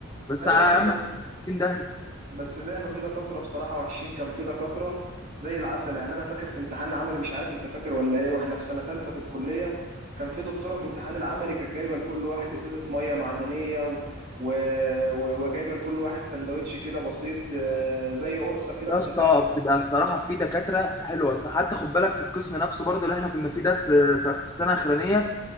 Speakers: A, on the left; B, on the right.
A: بس
B: ايوه
A: يا عم
B: يا عم
A: 60 ده
B: بس زي ما في دكاترة بصراحة وحشين كان في دكاترة زي العسل يعني أنا فاكر في امتحان العملي مش عارف أنت فاكر ولا إيه وإحنا في سنة تالتة في الكلية كان في دكتورة في امتحان العملي كانت جايبة لكل واحد إزازة مية معدنية و... و... و... وجايبة لكل واحد سندوتش كده بسيط آه، زي قرصة كده أنت
A: يا اسطى
B: فاهم
A: بتبقى الصراحه في دكاتره حلوه أصل حتى خد بالك في القسم نفسه برضه اللي احنا كنا فيه ده في في آخر السنه الاخرانيه